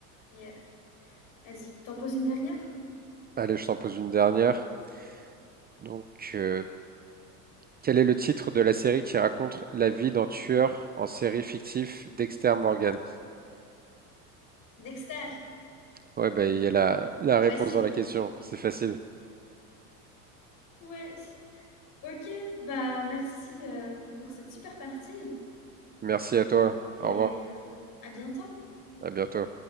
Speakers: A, on the left; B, on the right.
A: Yeah. Vas-y. T'en poses une dernière?
B: Allez, je t'en pose une dernière. Donc, euh, quel est le titre de la série qui raconte la vie d'un tueur en série fictif Dexter Morgan?
A: Dexter.
B: Ouais, bah il y a la, la
A: Facile.
B: réponse dans la question. C'est facile.
A: Ouais. Ok. Bah, merci euh, pour cette super partie
B: Merci à toi.
A: et
B: Au revoir.
A: euh, à bientôt.
B: À bientôt.